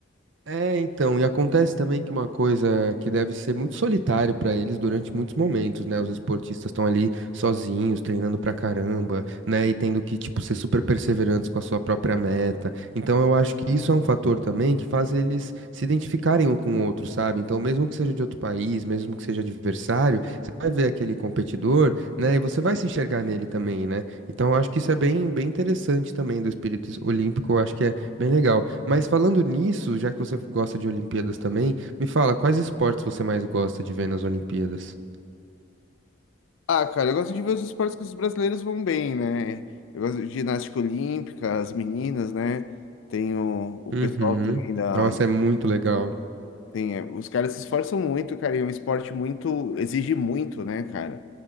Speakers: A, on the right; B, on the left.
A: É, então, e acontece também que uma coisa que deve ser muito solitário pra eles durante muitos momentos, né? Os esportistas estão ali sozinhos, treinando pra caramba, né? E tendo que, tipo, ser super perseverantes com a sua própria meta. Então, eu acho que isso é um fator também que faz eles se identificarem um com o outro, sabe? Então, mesmo que seja de outro país, mesmo que seja adversário, você vai ver aquele competidor, né? E você vai se enxergar nele também, né? Então, eu acho que isso é bem, bem interessante também do espírito olímpico, eu acho que é bem legal. Mas falando nisso, já que você gosta de Olimpíadas também, me fala, quais esportes você mais gosta de ver nas Olimpíadas?
B: Ah, cara, eu gosto de ver os esportes que os brasileiros vão bem, né? Eu gosto de ginástica olímpica, as meninas, né? Tem o, o
A: Uhum.
B: pessoal também da.
A: Nossa, é muito legal.
B: Tem, eh, os caras se esforçam muito, cara, e é um esporte muito. Exige muito, né, cara?